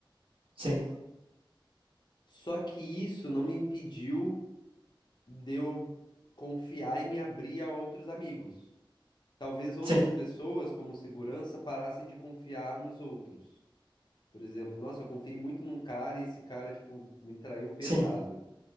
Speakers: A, on the right; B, on the left.
A: Sim,
B: Só que isso não me impediu de eu confiar e me abrir a outros amigos. Talvez outras
A: sim,
B: pessoas, como segurança, parassem de confiar nos outros. Por exemplo, nossa, eu confiei muito num cara e esse cara, tipo, me traiu pesado.
A: sim,